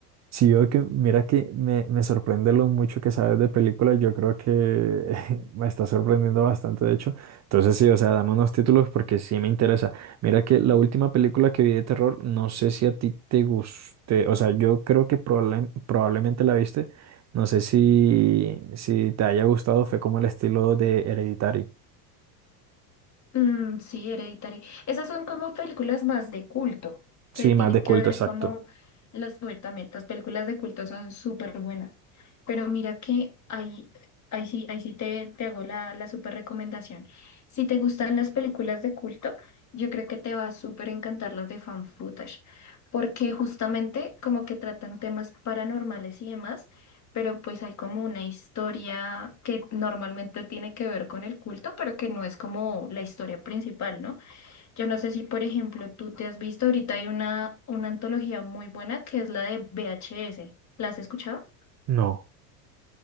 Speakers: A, on the right (about 35°); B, on the left (about 35°).
A: Sí, yo que, mira que me, me sorprende lo mucho que sabes de películas. Yo creo que <laughs> me está sorprendiendo bastante, de hecho. Entonces, sí, o sea, dame unos títulos porque sí me interesa. Mira que la última película que vi de terror, no sé si a ti te guste. O sea, yo creo que probable- probablemente la viste. No sé si, si te haya gustado, fue como el estilo de Hereditary.
B: Mm, sí, Hereditary. Esas son como películas más de culto,
A: Sí,
B: que tienen
A: más de
B: que
A: culto,
B: ver
A: exacto.
B: como las, bueno, también las películas de culto son súper buenas. Pero mira que ahí, ahí sí, ahí sí te, te hago la, la súper recomendación. Si te gustan las películas de culto, yo creo que te va a súper encantar las de fan footage, porque justamente como que tratan temas paranormales y demás pero pues hay como una historia que normalmente tiene que ver con el culto, pero que no es como la historia principal, ¿no? Yo no sé si, por ejemplo, tú te has visto, ahorita hay una, una antología muy buena que es la de VHS. ¿La has escuchado?
A: No,